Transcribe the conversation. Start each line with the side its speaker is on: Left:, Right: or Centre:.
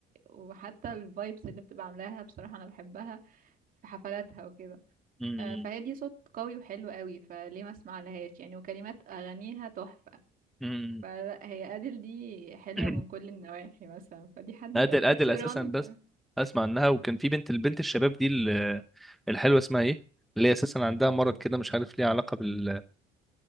Right: وحتى الفايبس اللي بتبقى عاملاها بصراحة انا بحبها في حفلاتها وكده
Centre: م-
Right: آه، فهي دي صوت قوي وحلو قوي فليه ما اسمع لهاش يعني وكلمات اغانيها تحفة
Centre: م-
Right: فلا هي ادل دي حلوة
Centre: <clears throat> م.
Right: من كل النواحي مثلا فدي حد
Centre: ادل
Right: كويس
Centre: ادل
Right: اتشيران
Centre: اساسا بس
Right: بر
Centre: اسمع عنها وكان في بنت البنت الشباب دي ال- الحلوه اسمها ايه اللي هي اساسا عندها مرض كده مش عارف ليه علاقه بال